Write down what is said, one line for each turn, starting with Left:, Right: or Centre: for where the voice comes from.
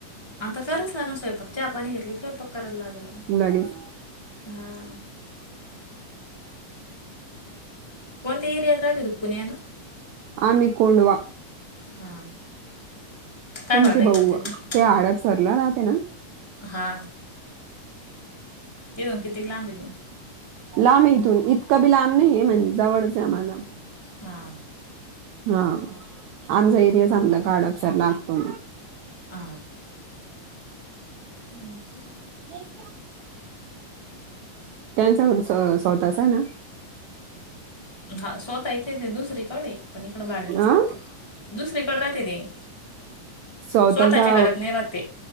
Left: आता कररात लाग. <inaudible> स्वयंपाक चा आपनी घेतली स्वयंपाक कररात लागलं.
Right: लगेच...
Left: हा... कोणते एरिया अ <inaudible> राचुप पुणेन
Right: आमिकडवा
Left: हा... काय
Right: तुमचे
Left: भाडं आहे
Right: भाऊ
Left: कोण तिथं
Right: ते हडपसरला राहते ना
Left: हा... ते कितीक लांब तघून.
Right: लांब आहे. इथून इतकं बी लांब नाही आहे, म्हणजे? जवळच आहे आम्हाला.
Left: हा,
Right: हा, आमचा एरियाचां आपला काडपसार लागतो.
Left: हा, हा का,
Right: ए क्या, त्यांचा हुंन स स्वतःच आहे ना.
Left: हा, स्वतः इथेच दुसरीकडे पण इकडं भाड्यानेच
Right: अ
Left: राहते. दुसरीेकडे राहते नाही
Right: स्वतःचा
Left: स्वतःच्या घरात नाही राहते.